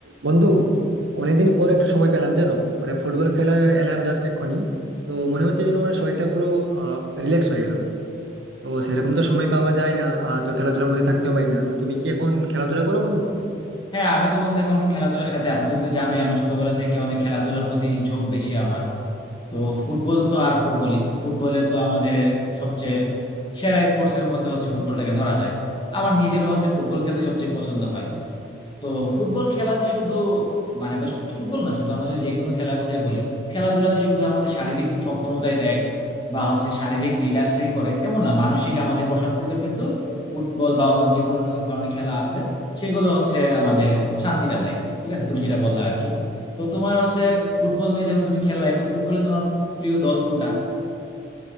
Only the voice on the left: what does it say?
হ্যাঁ আমি তো বন্ধু এখনো খেলাধুলার সাথে আছি তুমি তো জানোই আমি ছোটবেলা থেকে অনেক খেলাধুলার প্রতি ঝোঁক বেশি আমার তো ফুটবল তো আর ফুটবলই ফুটবলে তো আমাদের সবচেয়ে সেরা স্পোর্টস এর মধ্যে হচ্ছে ফুটবলটাকে ধরা যায় আমার নিজেরও হচ্ছে ফুটবল খেলতে সবচেয়ে পছন্দ হয় তো ফুটবল খেলা যে শুধু মানে বা শু- ফুটবল না শুধু আমরা যদি যে কোনো খেলার কথাই বলি খেলাধুলা যে শুধু আমাদের শারীরিক সক্ষমতায় দেয় বা হচ্ছে শারীরিক রিল্যাক্সই করে এমন না মানসিক আমাদের প্রশান্তিতেও কিন্তু ফুটবল বা অন্য যে কোনো ধরনের খেলা আছে সেগুলো হচ্ছে আমাদের শান্তিটা দেয় ঠিক আছে তুমি যেটা বললা আর কি তো তোমার হচ্ছে ফুটবল নিয়ে যখন তুমি খেললাই তো ফুটবলে তোমার প্রিয় দল কোনটা